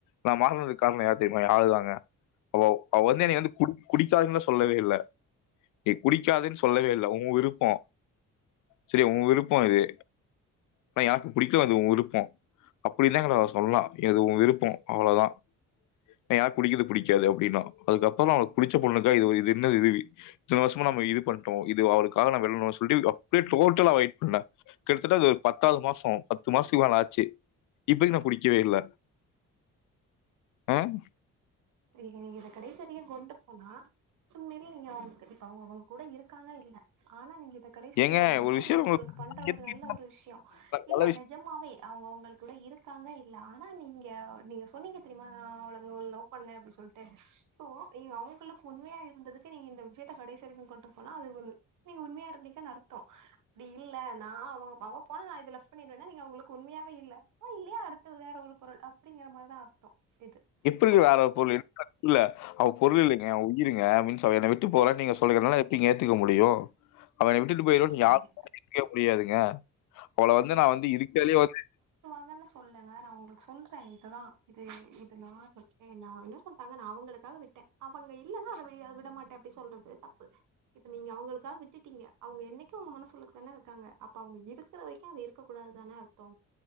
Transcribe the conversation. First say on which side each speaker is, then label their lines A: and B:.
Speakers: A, on the left (about 80°); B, on the right (about 80°).
A: நான் மாறனதுக்கு காரணம் யார் தெரியுமா என் ஆளுதாங்க அவ அவ வந்து என வந்து கு குடிக்காதுன்ன சொல்லவே இல்லை நீ குடிக்காதுன்னு சொல்லவே இல்லை உன் விருப்பம் செரிய உன் விருப்பம் இது ஆனா யாருக்கும் புடிக்காது உன் விருப்பம் அப்டிதான் எங்கள சொல்லலாம் எது உன் விருப்பம் அவ்ளோதான் எனக்கு குடிக்கிறது பிடிக்காது அப்டின்னான் அதுக்கப்பறம் அவருக்கு புடிச்ச பொண்ணுக்காக இது என்னது இது இத்தன வருஷமா நம்ம இது பண்ணிட்டோம் இது அவருக்காக நம்ம விடணும்னு சொல்லிட்டு அப்படியே டோட்டலா அவாய்ட் பண்ணிட்டான் கிட்டத்தட்ட அது ஒரு பத்தாவது மாசம் பத்து மாசத்துக்கு மேல ஆச்சு இப்பயும் நான் குடிக்கவே இல்ல ஆஹ்
B: நீக நீங்க இத கடைசி அவரைக்கும் கொண்டு போனா சோ உண்மையிலேயே நீங்க அவங்கல <unintelligible> அவங்க அவங்க கூட இருக்காங்க இல்ல ஆனா நீங்க இத கடைசிவர
A: ஏங்க
B: கொண்டு போன
A: ஒரு விஷயம்
B: நீங்க அவங்களுக்கு
A: உங்களுக்கு
B: பண்ற ஒரு நல்ல ஒரு விஷயம் இல்ல
A: நல்ல விஷயம்
B: நிஜமாவே அவுங்க கூட இருக்காங்க இல்ல ஆனா நீங்க நீங்க சொன்னீங்க தெரியுமா நா அவ்ளங்க லவ் பண்ணல அப்டின்னு சொல்லிட்டு சோ நீங்க அவங்களுக்கு உண்மையா இருந்ததுக்கு நீங்க இந்த விஷயத்தை கடைசி வரைக்கும் கொண்டு போனா அது ஒரு நீங்க உண்மையா இருந்திருக்கீங்கன்னு அர்த்தம் அப்டி இல்ல நான் அவங்க அவங்க பண்ணல நான் இதுல பண்ணிருவேன்னா நீங்க அவங்களுக்கு உண்மையாவே இல்ல ஓ இல்லையா அடுத்தது வேற ஒரு பொருள் அப்படிங்கற மாதிரி தான் அர்த்தம்
A: டி
B: இது
A: வேற பொருள் இல்ல புரில அவ பொருள் இல்லைங்க அவ உயிருங் மீன்ஸ் விட்டு போகல நீங்க சொல்றிங்க என்னால எப்டிங்க ஏத்துக்க முடியும் அவனை விட்டு போயிடுவான்னு யாருமே
B: ஏங்க
A: <unintelligible> அவள வந்து நா வந்து இருக்கற்லே வந்து
B: இல்லனு சொல்லங்க நா உங்களுக்கு சொல்றே இது தா இது இது நா <inaudible> நா என்ன சொல்றங்க நா அவங்களுக்காக விட்டே அவங்க இல்லன்னா அத வே விட மாட்டே அப்டி சொல்றது தப்பு இப்ப நீங்க அவங்களுக்காக விட்டுட்டீங்க அவங்க என்னைக்கு உங்க மனசு உள்ளுக்கதானா இருக்காங்க அப்ப அவங்க இருக்கற வரைக்கு அவங் இருக் இருக்க கூடாத் தான அர்த்தோ